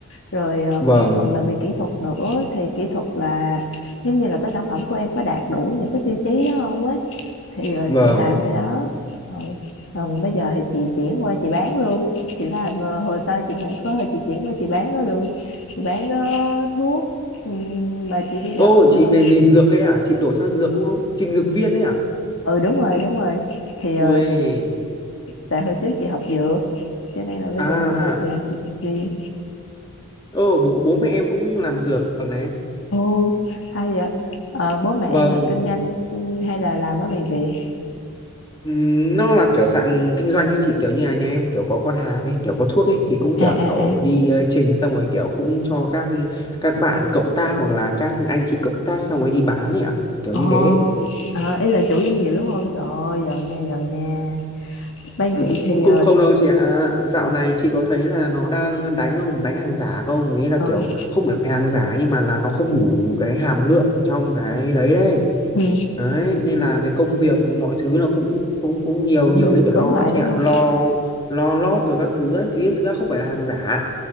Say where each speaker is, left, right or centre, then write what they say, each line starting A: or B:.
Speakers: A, on the left (about 60°); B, on the left (about 20°).
A: rồi ờ,
B: vâng
A: có một phần là về kỹ thuật nữa thì kỹ thuật là giống như là cái sản phẩm của em có đạt đủ những cái tiêu chí đó không ấy thì ờ,
B: vâng
A: chị làm cái đó ừ. Còn bây giờ thì chị chuyển qua chị bán luôn chị làm ờ, hồ sơ chị mày có thôi, chị chuyển qua chị bán nó luôn chị bán ờ, thuốc Ừm, mà chị đi gặp
B: ô
A: ờ,
B: chị nghề nghề dược ấy à chị đổi sang dược đúng không trình dược viên đấy à
A: ừ đúng rồi đúng rồi thì ờ,
B: ôi
A: tại hồi trước chị học dược cho nên là bây
B: à
A: giờ chị đây chị làm chị dược viên
B: ô bố bố mẹ em cũng làm dược này
A: ồ hay vậy Ờ, bố mẹ
B: vâng
A: em là kinh doanh ừ, hay là làm ở bệnh viện
B: Ừm, nó là kiểu dạng kinh doanh ấy chị kiểu như là nhà em kiểu có con hàng ấy kiểu có thuốc ấy thì cũng
A: à
B: kiểu
A: à à
B: đi ờ, trình xong rồi kiểu cũng cho các các bạn cộng tác hoặc là các anh chị cộng tác xong rồi đi bán ấy ạ kiểu
A: ồ
B: như thế
A: à, ý là chủ doanh nghiệp đúng không trời ơi giàu nha giàu nha bên
B: Ừ,
A: chị thì
B: cũng cũng
A: ờ
B: không đâu chị ạ dạo này chị có thấy là nó đang đánh không đánh hàng giả không ý là
A: ừ,
B: kiểu không phải hàng giả nhưng mà là nó không đủ cái hàm lượng ở trong cái đấy đấy
A: ừ
B: đấy nên là cái công việc mọi thứ là cũng cũng cũng nhiều
A: cũng
B: nhiều
A: bị
B: thứ phải
A: cứng
B: lo
A: lại
B: ấy chị
A: đúng
B: ạ
A: không
B: lo lo lót rồi các thứ ấy ý thực ra không phải là hàng giả